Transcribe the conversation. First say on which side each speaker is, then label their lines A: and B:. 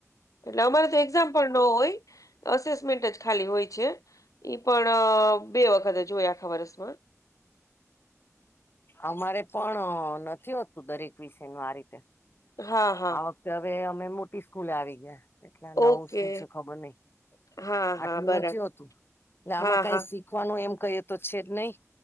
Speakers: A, on the left; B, on the left.
A: એટલે અમારે તો એક્ઝામ પણ ન હોય- - અસેસમેન્ટ જ ખાલી હોય છે ઈ પણ બે વખત જોય આખા વર્ષમાં.
B: અમારે પણ નથી હોતું દરેક વિષય ન આ રીતે.
A: હા હા.
B: આ વખતે હવે અમે મોટી સ્કૂલ આવી ગયા. એટલે આ નવું
A: ઓકે
B: શું છે ખબર નઈ
A: હા
B: આટલું
A: હા બરાબર
B: નથી હોતું આમાં
A: હા
B: કઈ
A: હા
B: શીખ- - શીખવાનું એમ કહી તો છે જ નહી